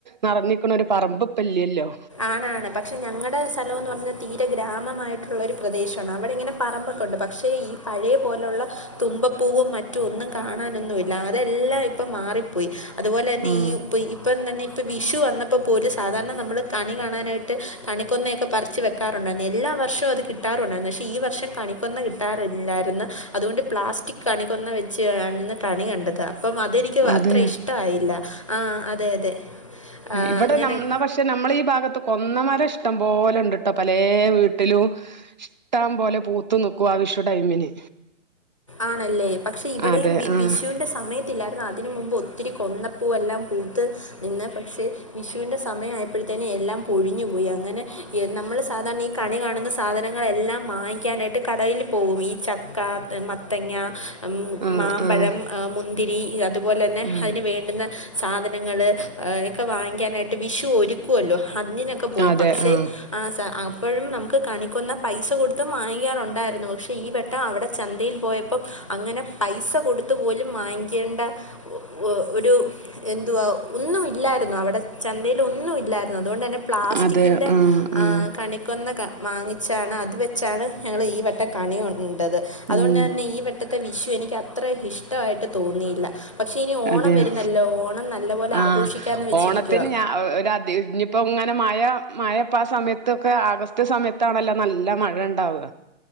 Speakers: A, on the right (about 35°); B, on the left (about 25°).
A: നറഞ്ഞിക്കണ ഒരു പറമ്പ് ഇപ്പല്ലല്ലോ.
B: ആണ് ആണ് പക്ഷേ ഞങ്ങടെ സ്ഥലംന്ന് പറഞ്ഞ തീര ഗ്രാമമായിട്ടുള്ളൊരു പ്രദേശാണ്, അവിടെ ഇങ്ങനെ പറമ്പൊക്കെ ഉണ്ട് പക്ഷേ ഈ പഴയ പോലുള്ള തുമ്പപ്പൂവും മറ്റും ഒന്നും കാണാനൊന്നുല്ല അതെല്ലാം ഇപ്പം മാറി പോയി. അതുപോലെ തന്നെ
A: ആഹ്
B: ഈ ഇപ്പ ഇപ്പം തന്നെ ഇപ്പം വിഷു വന്നപ്പ <unintelligible> സാധാരണ നമ്മള് കണി കാണാനായിട്ട് കണിക്കൊന്നയൊക്കെ പറിച്ച് വെക്കാറുണ്ടായിരുന്നു, എല്ലാ വർഷവും അത് കിട്ടാറുണ്ടായിരുന്നു പക്ഷേ ഈ വർഷം ക കണിക്കൊന്ന കിട്ടാറില്ലായിരുന്നു, അതുകൊണ്ട് പ്ലാസ്റ്റിക് കണിക്കൊന്ന <unintelligible> കണി കണ്ടത്. അപ്പം അതെനിക്ക്
A: അതെയോ
B: അത്ര ഇഷ്ടായില്ല, ആഹ് അതെ അതെ. ആ,
A: ഏ ഇവിടെ
B: അങ്ങനെ
A: നമ് പക്ഷേ നമ്മള് ഈ ഭാഗത്തൊ കൊന്നമരം ഇഷ്ടം പോലെ ഇണ്ട്ട്ടോ പലെ വീട്ടിലും ഇഷ്ടം പോലെ പൂത്ത് നിക്കും <unintelligible> വിഷു ടൈമിന്.
B: ആണല്ലേ പക്ഷേ ഇവിടെയും
A: അതെ
B: വി
A: ആഹ്
B: വിഷുവിന്റെ സമയത്ത് ഇല്ലായിരുന്നു അ തിന് മുമ്പ് ഒത്തിരി കൊന്നപ്പൂവെല്ലാം പൂത്ത് നിന്ന് പക്ഷേ വിഷുന്റെ സമയം ആയപ്പഴ്ത്തേനും എല്ലാം പൊഴിഞ്ഞു പോയി, അങ്ങനെ എ നമ്മള് സാധാരണ ഈ കണി കാണുന്ന സാധനങ്ങളെല്ലാം വാങ്ങിക്കാനായിട്ട് കടയിൽ യിൽ പോകും, ഈ ചക്ക, മത്തങ്ങാ,
A: ആഹ്
B: മാമ്പഴം,
A: ആഹ്
B: ആ മുന്തിരി അത് പോലന്നെ
A: ഉം
B: അതിന് വേണ്ടുന്ന സാധനങ്ങൾള് ഏ ക്കെ വാങ്ങിക്കാനായിട്ട് വിഷു ഒരുക്കുവല്ലോ <unintelligible> പോകും
A: അതെ
B: പക്ഷേ
A: ആഹ്
B: ആ സാ അ ഇപ്പോഴും നമുക്ക് കണിക്കുന്ന പൈസ കൊടുത്ത് വാങ്ങിക്കാറുണ്ടായിരുന്നു. പക്ഷേ ഈ വെട്ടം അവിടെ ചന്തയിൽ പോയപ്പം അങ്ങനെ പൈസ കൊടുത്ത് പോലും വാങ്ങിക്കേണ്ട ഒ ഒരു എ ഒ ഒന്നും ഇല്ലായിരുന്നു അവടെ ചന്തയിലൊന്നും ഇല്ലായിരുന്നു. അതുകൊണ്ട് തന്നെ പ്ലാസ്റ്റിക്കിൻ്റെ
A: അതെ ആഹ്
B: ഹ്
A: ആഹ്
B: കണിക്കൊന്ന ക വാങ്ങിച്ചാണ് അത് വെച്ചാണ് ഞങ്ങളീവട്ടം കണികൊണ്ടത് അതുകൊണ്ട്
A: ഉം
B: ണ്ടെന്നെ ഈ വട്ടത്തെ വിഷു എനിക്ക് അത്ര ഇഷ്ടവായിട്ട് തോന്നിയില്ല. പക്ഷേ ഇനി ഓണം
A: അതെയോ
B: വരുന്നല്ലോ ഓണം നല്ലപോലെ
A: ആ
B: ആഘോഷിക്കാമെന്ന് വെച്ചിരിക്കുക
A: ഓണത്തിന് ഞാ ഒരതി ഇനിപ്പോ ങ്ങെനെ മയ മയപ്പാ സമയത്തൊക്കെ ആഗസ്റ്റ് സമയത്താണല്ലോ നല്ല മഴ ഉണ്ടാവ